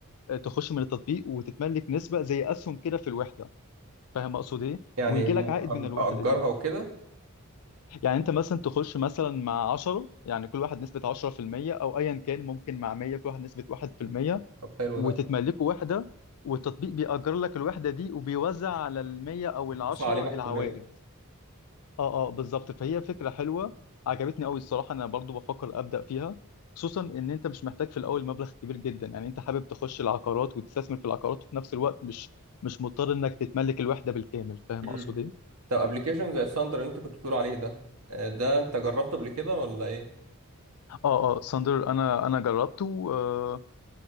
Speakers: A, on the left; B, on the right.
A: آه، تخش من التطبيق وتتملك نسبة زي اسهم كده في الوحدة فاهم اقصد ايه
B: يعني
A: ويجي
B: م-
A: لك
B: أج-
A: عائد من الوحدة
B: أجرها
A: دي
B: وكده
A: يعني انت مثلا تخش مثلا مع 10 يعني كل واحد نسبة 10% او ايا كان ممكن مع 100 كل واحد نسبة 1%
B: طب حلو
A: وتتملكوا
B: ده
A: وحدة والتطبيق بيأجر لك الوحدة دي وبيوزع على المية أو
B: مش
A: العشرة
B: وصع علينا إحنا
A: العوائد
B: كلنا
A: اه اه بالظبط فهي فكرة حلوة عجبتني قوي الصراحة أنا برضو بفكر أبدأ فيها خصوصا إن أنت مش محتاج في الأول مبلغ كبير جدا يعني أنت حابب تخش العقارات وتستثمر في العقارات وفي نفس الوقت مش مش مضطر إنك تتملك الوحدة بالكامل فاهم
B: امم
A: أقصد إيه؟
B: طب ابلكيشن زي الساندر اللي انت كنت بتقول عليه ده آه، ده انت جربته قبل كده ولا ايه
A: اه اه ساندر أنا أنا جربته آه